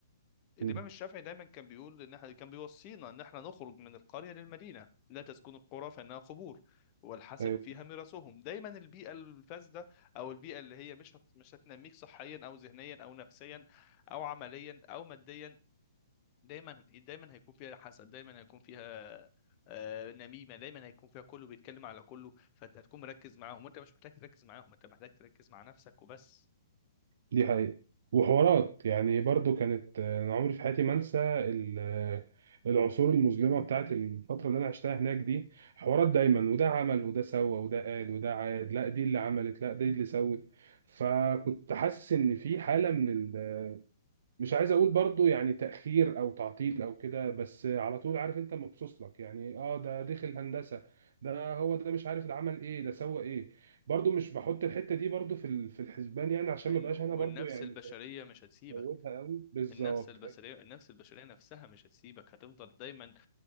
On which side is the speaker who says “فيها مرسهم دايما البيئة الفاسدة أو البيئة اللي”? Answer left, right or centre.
Left